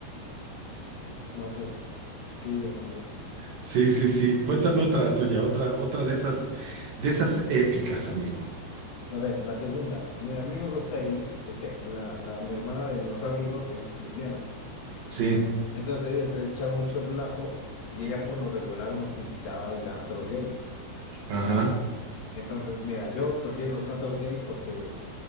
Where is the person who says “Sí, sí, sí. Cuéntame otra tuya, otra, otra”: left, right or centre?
Right